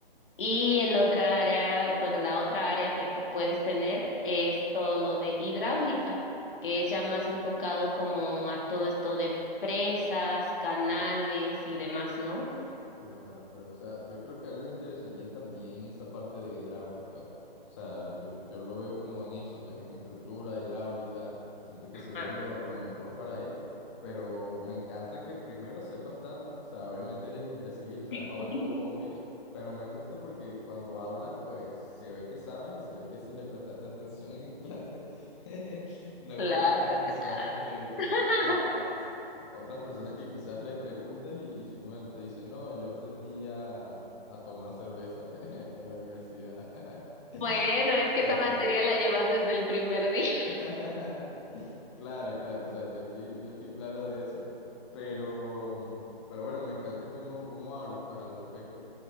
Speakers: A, on the left; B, on the left.
A: Y el otra área, bueno, la otra área que, que puedes tener es todo lo de hidráulica, que es ya más enfocado como a todo esto de presas, canales y demás, ¿no?
B: Claro, claro. O sea, yo creo que a él le interesaría también esa parte de hidráulica. O sea, yo, yo lo veo como en eso, pues en estructura hidráulica. Siento que sería
A: Ah,
B: lo, lo mejor para él. Pero me encanta que primero sepas tanto. O sea, obviamente eres ingeniero civil, o sea,
A: <laughs>
B: es algo obvio. Pero me gusta porque cuando hablas, pues se ve que sabes y se ve que sí le prestaste atención en clase. <laughs> No
A: Claro.
B: como a otras personas que, que
A: <laughs>
B: quizás. Otras personas que quizás le preguntas y, y simplemente te dicen, no, yo aprendí a, a tomar cerveza <laughs> en la universidad. <laughs>
A: Bueno,
B: O cosas
A: es que esa materia
B: así.
A: la llevas desde el primer día.
B: <laughs> Claro, claro, o sea, yo estoy, yo estoy claro de eso, pero, mm, pero bueno, me encanta cómo, cómo hablas pues al respecto.